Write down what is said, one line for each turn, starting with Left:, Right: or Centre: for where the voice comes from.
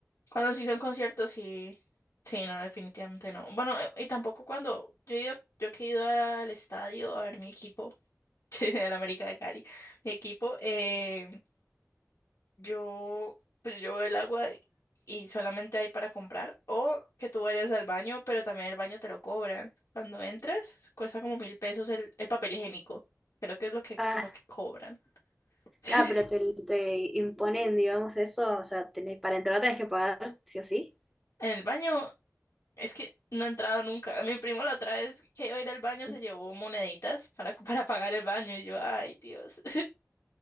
Left: Cuando sí son conciertos, sí. Sí, no, definitivamente no. Bueno, eh, y tampoco cuando yo he ido, yo que he ido al estadio a ver mi equipo, <laughs> el América de Cali, mi equipo, eh, Yo, pues yo veo el agua y solamente hay para comprar. O que tú vayas al baño, pero también el baño te lo cobran. Cuando entras, cuesta como mil pesos el, el papel higiénico. Creo que es lo que,
Centre: Ah,
Left: lo que cobran. <laughs>
Centre: ah, pero te, te imponen, digamos, eso, o sea, tenés, para entrar tenés que pagar, sí o sí.
Left: En el baño, es que no he entrado nunca. Mi primo la otra vez que iba a ir al baño
Centre: <laughs>
Left: se llevó moneditas para, <laughs> para pagar el baño. Y yo, ay, Dios.